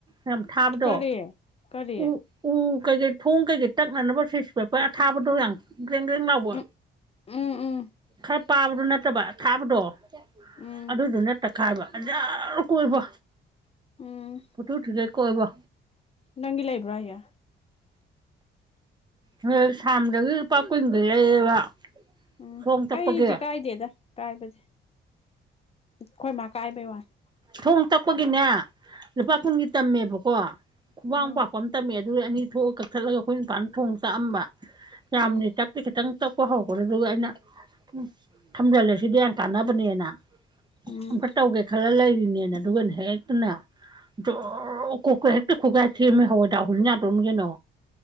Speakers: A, on the right; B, on the left.
A: ꯌꯥꯝ ꯊꯥꯕꯗꯣ
B: ꯀꯔꯤ ꯀꯔꯤ
A: ꯎ ꯎ ꯀꯩ ꯀꯩ ꯊꯣꯡ ꯀꯩꯀꯩ ꯇꯛꯅꯅꯕ ꯁꯤꯁ ꯄꯦꯄ ꯑꯊꯥꯕꯗꯣ ꯌꯥꯝ ꯒꯦꯡꯒꯦꯡ ꯂꯥꯎꯕ
B: ꯎꯝ ꯎꯝ ꯎꯝ
A: ꯈꯔ ꯄꯥꯕꯗꯣ ꯅꯠꯇꯕꯗꯣ ꯑꯊꯕꯥꯗꯣ
B: ꯎꯝ
A: ꯑꯗꯨꯗꯨꯅ ꯇ ꯈꯥꯏꯕ ꯑꯟꯖꯥꯠꯔ ꯀꯣꯏꯕꯣ
B: ꯎꯝ
A: ꯃꯇꯨ ꯊꯤꯖꯟ ꯀꯣꯏꯕ
B: ꯅꯪꯒꯤ ꯂꯩꯕ꯭ꯔꯣ ꯑꯩꯌꯦ
A: ꯑꯝ ꯁꯝꯗꯒꯤ ꯂꯨꯄꯥ ꯀꯨꯟꯒ ꯂꯩꯌꯦꯕ
B: ꯑꯝ
A: ꯊꯣꯡ ꯇꯛꯄꯒꯤ
B: ꯑꯩꯗꯤ ꯀꯥꯏꯗꯦꯗ ꯀꯥꯏꯕꯗꯤ ꯍꯣꯏ ꯃꯥ ꯀꯥꯏꯕꯒꯤ ꯋꯥꯅꯤ
A: ꯊꯣꯡ ꯇꯛꯄꯒꯤꯅꯦ ꯂꯄꯥ
B: ꯎꯝ
A: ꯀꯨꯟꯒꯤ ꯇꯝꯃꯦ ꯋꯥ ꯈꯨꯕꯥꯛ
B: ꯎꯝ
A: ꯃꯨꯛ ꯄꯛꯄ ꯇꯝꯃꯦ ꯅꯣꯏ ꯑꯅꯤ ꯊꯣꯛꯑꯒ ꯀꯛꯊꯠꯂꯒ ꯑꯩꯈꯣꯏ ꯅꯨꯄꯥꯥꯟꯗ ꯊꯣꯡ ꯆꯥꯛꯑꯝꯕ ꯌꯥꯝꯗꯦ
B: ꯎꯝ
A: ꯆꯪꯛꯇꯦ ꯈꯤꯇꯪ ꯆꯛꯄ ꯍꯧꯈ꯭ꯔꯦ ꯑꯗꯨꯒ ꯑꯩꯅ ꯎ ꯊꯝꯖꯤꯜꯂꯦ ꯁꯤꯗꯤ ꯌꯥꯝ ꯀꯥꯟꯅꯕꯅꯦꯅ
B: ꯎꯝ
A: ꯑꯃꯨꯀ ꯇꯧꯒꯦ ꯈꯜꯂ ꯂꯩꯔꯤ ꯅꯦꯅ ꯑꯗꯨꯒꯅꯦ ꯍꯦꯛꯇꯅꯦ ꯖꯣꯔ ꯀꯣꯛꯀ ꯍꯦꯛꯇ ꯈꯨꯒꯥꯏ ꯊꯦꯝꯔꯝꯅꯀ ꯍꯋꯥꯏꯗ꯭ꯔꯥꯛ ꯍꯨꯜ ꯌꯥꯗꯣꯔꯝꯅꯤ ꯀꯩꯅꯣ